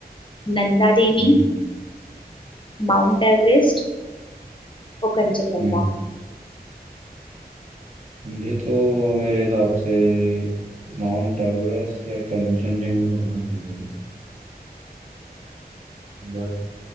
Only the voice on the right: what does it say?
हम्म
हम्म ये तो मेरे हिसाब से माउंट एवरेस्ट या कंचनजंगा होना चाहिए बट